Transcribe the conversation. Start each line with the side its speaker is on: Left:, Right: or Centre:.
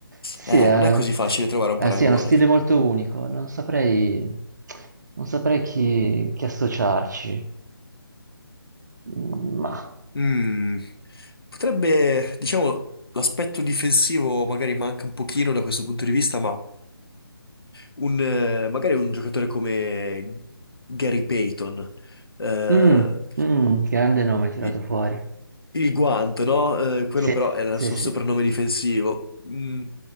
Right: Sì,
Left: eh,
Right: è,
Left: non è così facile trovare un
Right: eh,
Left: paragone.
Right: sì, è uno stile molto unico, non saprei, non saprei chi, chi associarci, Mm, ma...
Left: Mm. Potrebbe, diciamo, l'aspetto difensivo magari manca un pochino da questo punto di vista, ma... un, eh, magari un giocatore come Gary Payton, eh,
Right: Mm, mm, grande nome tirato
Left: i-
Right: fuori.
Left: il guanto, no? Eh, quello
Right: Sì,
Left: però era
Right: sì,
Left: il suo
Right: sì.
Left: soprannome difensivo. Mm,